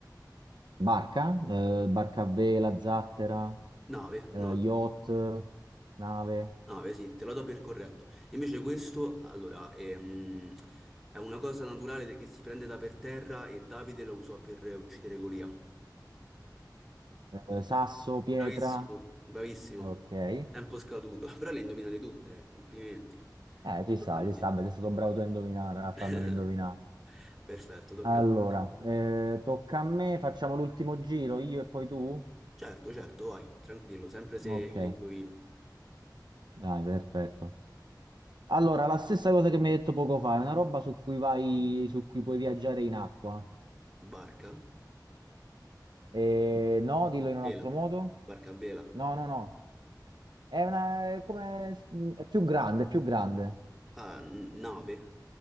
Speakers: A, on the right; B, in the centre.
A: Barca. Eh, barca a vela, zattera,
B: Nave,
A: eh,
B: nave.
A: yacht, nave,
B: No, beh, sì, te lo do per corretto. Invece questo, allora, ehm, è una cosa naturale de- che si prende da per terra e Davide la usò per eh, uccidere Golia.
A: eh, sasso, pietra.
B: Bravissimo, bravissimo.
A: Ok. Eh,
B: Tempo scaduto. <laughs> Però le indovinate tutte, eh, complimenti.
A: ci
B: Tocca
A: sta,
B: a
A: ci
B: me.
A: sta. Beh, sei stato bravo tu a indovinare, a farmela
B: <laughs>
A: indovinare.
B: Perfetto, tocca
A: Allora,
B: a me.
A: eh, tocca a me, facciamo l'ultimo giro, io e poi tu?
B: Certo, certo, vai, tranquillo, sempre se
A: Ok.
B: le indovino.
A: Dai, perfetto. Allora, la stessa cosa che mi hai detto poco fa, è una roba su cui vai, su cui puoi viaggiare in acqua.
B: Barca,
A: Eh, no, dillo in un
B: vela,
A: altro modo.
B: barca a vela.
A: No, no, no. È una, è come, è più grande, è più grande.
B: Ah, n- nave,